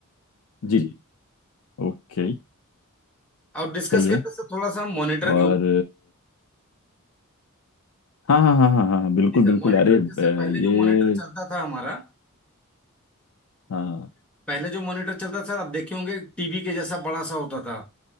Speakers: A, on the left; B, in the centre.
A: जी जी ओके
B: और डिस्कस
A: सही है
B: करते सर थोड़ा सा हम मॉनिटर
A: और
B: के ऊपर
A: हाँ हाँ हाँ हाँ हाँ बिल्कुल
B: जी सर
A: बिल्कुल
B: मॉनिटर
A: अरे अ,
B: जैसे पहले
A: ये
B: जो मॉनिटर चलता था हमारा
A: हाँ
B: पहले जो मॉनिटर चलता था आप देखे होंगे टीवी के जैसा बड़ा सा होता था